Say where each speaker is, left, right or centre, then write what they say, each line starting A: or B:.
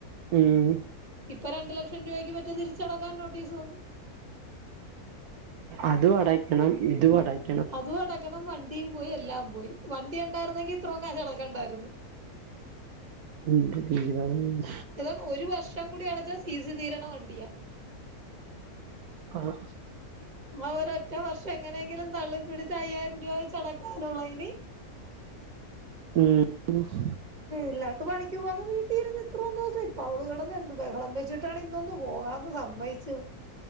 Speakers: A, on the right; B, on the right.
A: ആണ്
B: ഇപ്പൊ രണ്ട് ലക്ഷം രൂപയ്ക്ക് പറ്റ് തിരിച്ചടക്കാൻ നോട്ടീസ് വന്നു
A: അതും അടക്കണം ഇതും അടക്കണം
B: അതും അടക്കണം വണ്ടിയും പോയി എല്ലാം പോയി വണ്ടി ഉണ്ടായിരുന്നെങ്കി ഇത്രയും കാശ് അടക്കണ്ടായിരുന്നു
A: ഉണ്ട് വലിയ തോതിൽ ഇല്ല
B: ഇവൻ ഒരു വർഷം കൂടി അടച്ചാൽ സി സി തീരണ വണ്ടിയാ
A: ആഹ്
B: ഇവൻ ഒരു ഒറ്റ വർഷം എങ്ങനെങ്കിലും തള്ളിപ്പിടിച്ച് അയ്യായിരം രൂപ വെച്ച് അടക്കാനുള്ളതിന് <inaudible>
A: ഉംഹ്
B: ഇല്ലാണ്ട്പണിക്ക് പോകാതെ വീട്ടില് ഇരുന്ന് ഇത്രയും ദിവസം ഇപ്പൊ അവള് കിടന്ന് എന്ത് ബഹളം വെച്ചിട്ടാണ് ഇന്നൊന്ന് പോകാന്ന് സമ്മതിച്ചത്